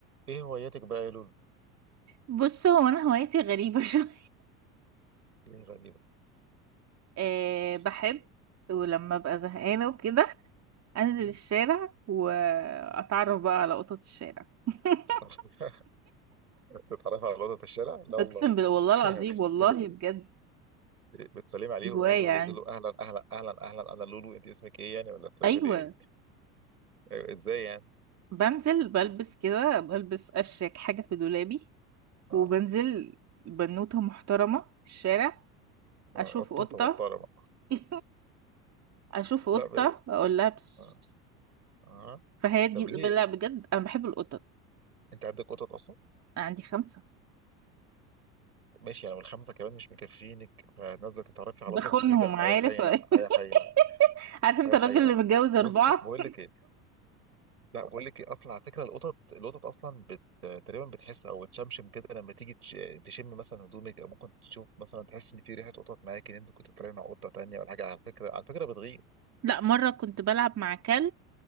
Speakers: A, on the right; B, on the right.
A: ايه هواياتك بقى يا لولو؟
B: بص هو انا هوايتي غريبه <laughs> شويه
A: ايه غريبة <laughs>
B: أه
A: بس
B: بحب ولما ابقى زهقانه وكده انزل
A: مم،
B: الشارع واتعرف بقى على قطط الشارع <laughs>
A: بتتعرف- بتتعرف <laughs> على وضعة الشارع؟ لا والله
B: اقسم بالله والله العظيم
A: <laughs>
B: والله
A: ب-
B: بجد
A: بتسلمي عليهم
B: دي هوايه
A: يعني ولا
B: عندي
A: تقول له اهلا اهلا اهلا اهلا انا لولو انت اسمك ايه يعني ولا بتعملي
B: ايوه
A: ايه؟ أيوة، ازاي يعني؟
B: بنزل بلبس كده بلبس اشيك حاجه في دولابي
A: اه
B: وبنزل بنوته محترمه في الشارع
A: آه،
B: اشوف
A: قطوطة
B: قطه
A: محترمة
B: <laughs> اشوف قطه
A: لا ب...
B: اقول لها بس-
A: آه. آه.
B: فهي دي
A: طب
B: لا
A: ليه؟
B: بجد انا بحب القطط
A: انت عندك قطط اصلا؟
B: عندي خمسه
A: ماشي يعني والخمسة كمان مش مكفينك فنازلة تتعرفي على
B: بخونهم
A: قطط جديدة اه
B: عارف
A: يا خاينة
B: <laughs>
A: اه يا خاينة
B: عارف انت
A: اه يا
B: الراجل
A: خاينة
B: اللي متجوز اربعة
A: بص بقول لك ايه لا بقول لك ايه اصلا على فكره القطط القطط اصلا بت... تقريبا بتحس او تشمشم كده لما تيجي تش- تشم مثلا هدومك او ممكن تشوف مثلا تحس ان في ريحه قطط معاك ان انت كنت بتتكلم مع قطه تانيه ولا حاجه على فكره على فكره بتغير
B: لا مرة كنت بلعب مع كلب